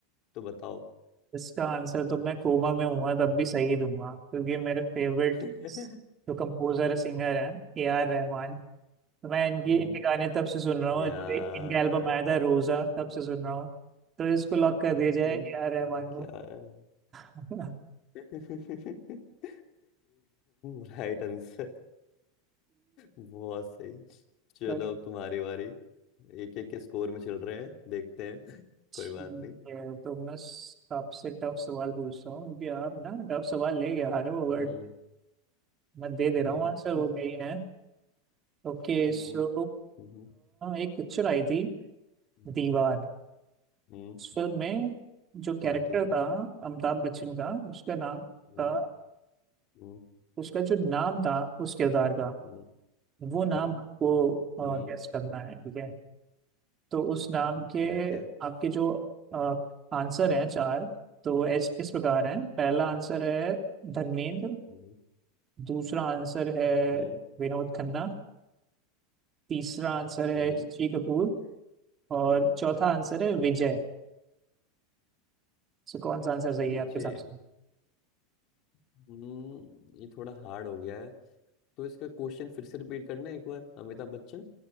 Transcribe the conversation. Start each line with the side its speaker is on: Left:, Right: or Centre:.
Left: तो बताओ
Right: इसका आंसर तो मैं कोमा में हूँ तब भी सही दूंगा क्योंकि मेरे फेवरेट
Left: <laughs>
Right: जो कंपोजर सिंगर हैं ए आर रहमान तो मैं इनकी
Left: हम्म
Right: इनके गाने तब से सुन रहा हूँ
Left: यार
Right: जो इ- इनका एल्बम आया था रोजा तब से सुन रहा हूँ तो इसको लॉक कर दिया जाए
Left: हम्म,
Right: ए आर रहमान
Left: क्या
Right: को
Left: है?
Right: <laughs>
Left: <laughs> एकदम राइट आंसर बहुत सही चलो
Right: ठीक,
Left: अब तुम्हारी बारी एक एक के स्कोर में चल रहे हैं देखते हैं <laughs>
Right: ठीक
Left: कोई बात नहीं
Right: है तो मैं स- आपसे टफ सवाल पूछता हूँ क्योंकि आप ना टफ सवाल ले गया हारे हो
Left: हम्म
Right: बट मैं दे दे रहा
Left: हम्म
Right: हूँ आंसर वो
Left: <laughs>
Right: नहीं है ओके
Left: हम्म,
Right: सो
Left: हम्म,
Right: एक पिक्चर आई थी
Left: हम्म
Right: दीवार
Left: हम्म, हम्म,
Right: उस फिल्म में जो कैरेक्टर
Left: हाँ ठीक है
Right: था अमिताभ बच्चन का उसका नाम
Left: हम्म
Right: था
Left: हम्म
Right: उसका जो नाम था उस किरदार का
Left: हम्म
Right: वो नाम
Left: हम्म
Right: को गेस
Left: हम्म,
Right: करना है ठीक है तो उस नाम के
Left: ठीक है
Right: आपके जो आंसर हैं चार तो वो इस, इस प्रकार हैं पहला
Left: हम्म
Right: आंसर है धर्मेंद्र
Left: हम्म
Right: दूसरा आंसर है
Left: हम्म
Right: विनोद खन्ना तीसरा आंसर है
Left: हम्म,
Right: ऋषि कपूर और चौथा आंसर है विजय सो कौन सा आंसर
Left: हम्म,
Right: सही है आपके
Left: ये
Right: हिसाब से
Left: हम्म ये थोड़ा हार्ड हो गया है तो इसका क्वेश्चन फिर से रिपीट करना एक बार अमिताभ बच्चन